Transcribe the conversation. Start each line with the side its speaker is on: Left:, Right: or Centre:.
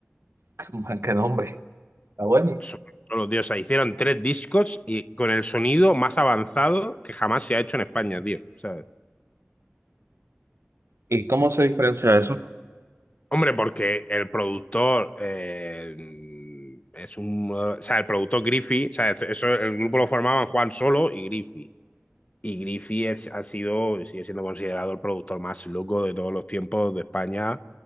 Right: <laughs> Man, qué nombre. Está bueno.
Left: Solo, solo, tío. O sea, hicieron tres discos y con el sonido más avanzado que jamás se ha hecho en España, tío. ¿sabes?
Right: ¿Y cómo se diferencia eso?
Left: Hombre, porque el productor eh, es un. O sea, el productor Griffey, o sea, eso, el grupo lo formaban Juan Solo y Griffey. Y Griffey es, ha sido, sigue siendo considerado el productor más loco de todos los tiempos de España,